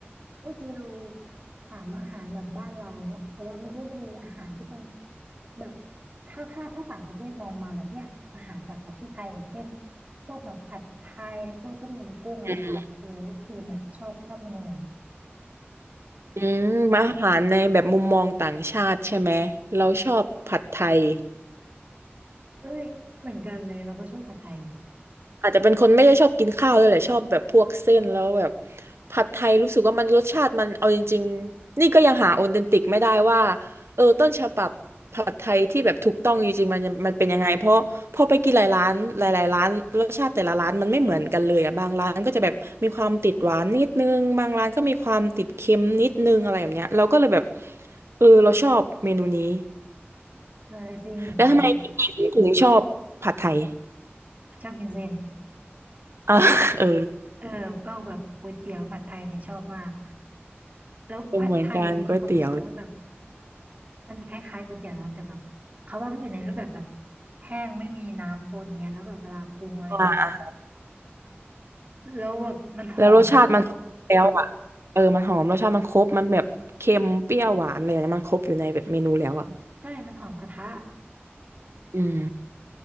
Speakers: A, on the right; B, on the right.
A: เมื่อกี้เราถามอาหารแบบบ้านเราเนาะแต่ว่ามันก็จะมีอาหารที่เป็น แบบถ้าค่าถ้าต่างประเทศมองมาแบบเนี้ยอาหารจากประเทศไทยอย่างเช่นพวกแบบผัดไทยพวกต้มยำกุ้งอะไรเงี้ยเออพีมแบบชอบชอบเมนูไหน
B: อืมอืมอาหารในแบบมุมมองต่างชาติใช่ไหม เราชอบผัดไทย
A: เอ้ยเหมือนกันเลยเราก็ชอบผัดไทย
B: อาจจะเป็นคนไม่ได้ชอบกินข้าวเลยแหละชอบแบบพวกเส้นแล้วแบบผัดไทยรู้สึกว่ามันรสชาติมันเอาจริงๆนี่ก็ยังหาออเทนติกไม่ได้ว่าเออต้นฉบับผัดไทยที่แบบถูกต้องจริงๆมันมันเป็นยังไงเพราะพอไปกินหลายร้านหลายๆร้านรสชาติแต่ละร้านมันไม่เหมือนกันเลยอ่ะบางร้านก็จะแบบมีความติดหวานนิดนึงบางร้านก็มีความติดเค็มนิดนึงอะไรแบบเนี้ยเราก็เลยแบบเออเราชอบเมนูนี้
A: เออจริงเหมือนกัน
B: แล้วทำไมถึงชอบผัดไทย <laughs>
A: ชอบกินเส้น
B: อ่ะเออ
A: เออพวกแบบก๋วยเตี๋ยวผัดไทยเนี่ยชอบมากแล้วผัดไทยมีความรู้สึกว่าแบบ
B: เหมือนกันก๋วยเตี๋ยว
A: มันคล้ายๆก๋วยเตี๋ยวนะแต่แบบเขาว่ามันอยู่ในรูปแบบแบบแห้งไม่มีน้ำปนอย่างเงี้ยแล้วแบบเวลาปรุงอะไรอย่างงี้ใช่ไหม
B: ใช่
A: แล้วแบบมันหอมอะ
B: แล้วรสชาติมันครบแล้วอ่ะเออมันหอมรสชาติมันครบมันแบบเค็มเปรี้ยวหวานอะไรอย่างเงี้ยมันครบอยู่ในแบบเมนูแล้วอ่ะ
A: ใช่มันหอมกระทะ
B: อืม